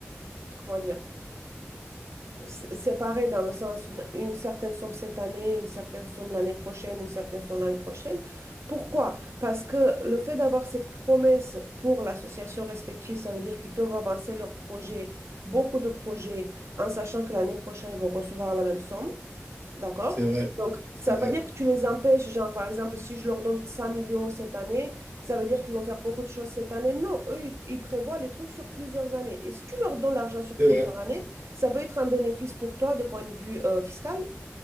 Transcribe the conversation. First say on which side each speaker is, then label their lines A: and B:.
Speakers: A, on the right; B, on the right.
A: comment dire, sé- séparés dans le sens une, une certaine somme cette année, une certaine somme l'année prochaine, une certaine somme l'année prochaine. Pourquoi? Parce que le fait d'avoir cette promesse pour l'association respective, ça veut dire qu'ils peuvent avancer leurs projets, beaucoup de projets, en sachant que l'année prochaine, ils vont recevoir la même somme. D'accord?
B: C'est vrai.
A: Donc,
B: C'est
A: ça
B: vrai.
A: ne veut pas dire que tu les empêches, genre, par exemple, si je leur donne 100 millions cette année, ça veut dire qu'ils vont faire beaucoup de choses cette année. Non, eux, ils, ils prévoient les trucs sur plusieurs années. Et si tu leur donnes l'argent sur
B: C'est
A: plusieurs
B: vrai.
A: années, ça peut être un bénéfice pour toi de point de vue euh, fiscal,